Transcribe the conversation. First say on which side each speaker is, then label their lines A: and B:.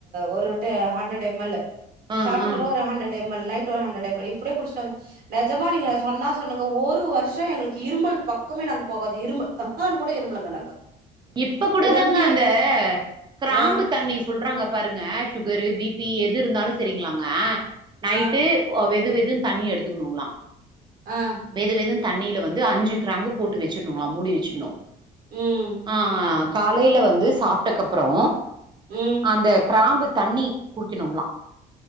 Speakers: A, on the right; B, on the right.
A: ஒரு டே ஹண்ட்ரட் எம் எல்லு
B: ஆ
A: சாப்புட்டு
B: ஆ
A: டு ஒரு ஹண்ட்ரட் எம் எல் நைட்டு ஒரு ஹண்ட்ரட் எம் எல் இப்புடியே குடிச்சு வந்த நெஜமா நீங்க சொன்னா சொன்ன ஒரு வருஷ எங்களுக்கு இரும்பல் பக்கமே நாங்க போகாது இரும்பல் ஹாக்கான்னு கூட இரும்பலைங்க நாங்க
B: இப்ப கூட
A: ஒன்
B: தாங்க
A: இயர்
B: அந்த கிராம்பு
A: ஆ
B: தண்ணி சொல்றாங்க பாருங்க சுகாரு பிபி எது இருந்தாலு சரிங்களாங்க நைட்டு
A: ஆ
B: ஓ வெது வெதுன்னு தண்ணி எடுத்துக்கணுங்ளா
A: ஆ
B: வெது வெதுன்னு தண்ணியில வந்து அஞ்சு கிராம்பு போட்டு வச்சிருனுங்களா மூடி வெச்சிடனு
A: ம்
B: ஆ காலைல வந்து சாப்ட்டக்கப்புறோ
A: ம்
B: அந்த கிராம்பு தண்ணி குடிக்கணுங்களா